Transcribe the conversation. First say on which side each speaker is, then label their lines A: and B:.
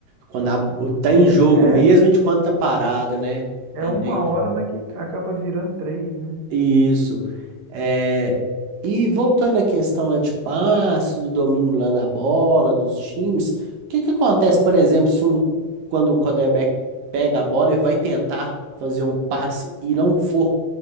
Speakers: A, on the right; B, on the right.
A: quando a- tá em jogo
B: É,
A: mesmo e de quando tá parado, né?
B: é
A: Entendi.
B: uma hora, mas que acaba virando três, né?
A: Isso. É, e voltando à questão lá de passe, do domínio lá da bola, dos times, o que que acontece, por exemplo, se um, quando o quarterback pega a bola e vai tentar fazer um passe e não for